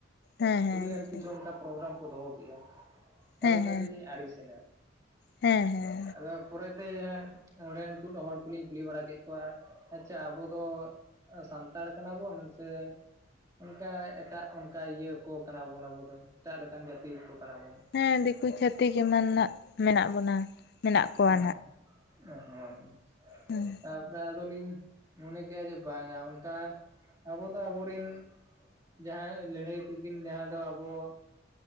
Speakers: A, on the left (about 55°); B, on the right (about 20°).
A: ᱦᱮᱸ ᱦᱮᱸ
B: ᱟᱹᱰᱤᱜᱟᱱ
A: ᱟᱪᱪᱷᱟ
B: ᱠᱤᱪᱷᱩ ᱚᱱᱠᱟ ᱯᱨᱳᱜᱨᱟᱢ ᱠᱚ ᱫᱚᱦᱚ ᱠᱮᱜᱼᱟ᱾
A: ᱦᱮᱸ
B: ᱟᱫᱚ
A: ᱦᱮᱸ
B: ᱠᱟᱹᱴᱤᱡ ᱞᱤᱧ ᱟᱹᱲᱤᱥᱮᱱᱟ᱾
A: ᱦᱮᱸ ᱦᱮᱸ᱾
B: ᱟᱫᱚ ᱯᱚᱨᱮᱛᱮ, ᱚᱸᱰᱮᱱ ᱠᱩᱜ ᱦᱚᱲ ᱠᱚᱞᱤᱧ ᱠᱩᱞᱤ ᱵᱟᱲᱟ ᱠᱮᱫ ᱠᱚᱣᱟ᱾ ᱟᱪᱪᱷᱟ ᱟᱵᱚ ᱫᱚ ᱥᱟᱱᱛᱟᱲ ᱠᱟᱱᱟᱵᱚᱱ ᱥᱮ ᱚᱱᱠᱟ ᱮᱴᱟᱜ ᱚᱱᱠᱟ ᱤᱭᱟᱹ ᱠᱚ ᱠᱟᱱᱟ ᱵᱚᱱ ᱟᱵᱩ ᱫᱚ ᱮᱴᱟᱜ ᱞᱮᱠᱟᱱ ᱡᱟᱹᱛᱤ ᱠᱚ ᱠᱟᱱᱟ ᱵᱚᱱ᱾
A: ᱦᱮᱸ ᱫᱤᱠᱩ ᱪᱷᱟᱹᱛᱤᱠ ᱮᱢᱟᱱ ᱱᱟᱜ ᱢᱮᱱᱟᱜ ᱵᱚᱱᱟ᱾ ᱢᱮᱱᱟᱜ ᱠᱚᱣᱟ
B: ᱚᱸᱦᱚᱜ, ᱚᱸᱷᱚᱸ ᱫᱩᱧ
A: ᱦᱩᱸ᱾
B: ᱛᱟᱯᱚᱨᱮ ᱟᱫᱚᱞᱤᱧ ᱢᱚᱱᱮ ᱠᱮᱜᱼᱟ ᱡᱮ ᱵᱟᱝᱟ ᱚᱱᱠᱟ ᱟᱵᱚ ᱫᱚ ᱟᱵᱚᱨᱤᱱ ᱡᱟᱦᱟᱸᱭᱟᱜ ᱞᱟᱹᱲᱦᱟᱹᱭ ᱛᱤᱠᱤᱱ ᱡᱟᱦᱟᱸ ᱫᱚ ᱟᱵᱚ